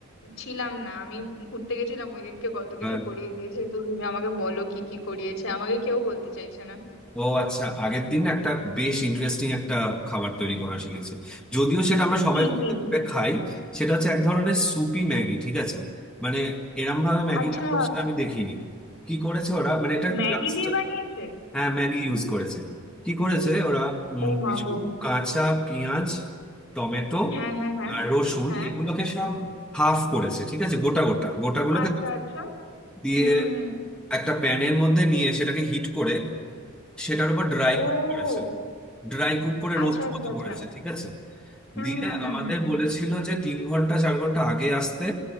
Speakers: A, on the left; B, in the centre.
A: ছিলাম না আমি ঘুরতে গেছিলাম ওই দিনকে কত কিছু
B: হ্যাঁ
A: করিয়ে দিয়েছে তুমি আমাকে বলো কি কি করিয়েছে আমাকে কেউ বলতে চাইছে না
B: ও আচ্ছা আগের দিন একটা বেশ ইন্টারেস্টিং একটা খাবার তৈরি করা শিখেছে যদিও সেটা আমরা সবাই
A: কি
B: বাড়িতে
A: কি
B: করে খাই সেটা হচ্ছে এক ধরনের সুপি ম্যাগি ঠিক আছে মানে এরম ভাবে ম্যাগি
A: আচ্ছা
B: সেটা আমি দেখিনি কি করেছে ওরা মানে এটা
A: ম্যাগি
B: ক্লাস্টার
A: দিয়ে বানিয়েছে
B: হ্যাঁ ম্যাগি ইউজ করেছে কি করেছে ওরা উম,
A: ও মা
B: কিছু
A: গো
B: কাঁচা পেঁয়াজ টমেটো
A: হ্যাঁ হ্যাঁ হ্যাঁ
B: আর রসুন
A: হ্যাঁ
B: এগুলোকে সব হাফ করেছে ঠিক আছে গোটা গোটা গোটাগুলোকে
A: আচ্ছা আচ্ছা
B: দিয়ে
A: হুম হুম
B: একটা প্যানের মধ্যে নিয়ে সেটাকে হিট করে সেটার উপর ড্রাই
A: ও
B: কুক করেছে ড্রাই কুক করে
A: আচ্ছা
B: রোস্ট
A: আচ্ছা
B: মতো
A: আচ্ছা
B: করেছে ঠিক আছে
A: হুম
B: দিয়ে
A: হুম হুম
B: আমাদের
A: হুম
B: বলেছিল যে তিন ঘন্টা চার ঘন্টা আগে আসতে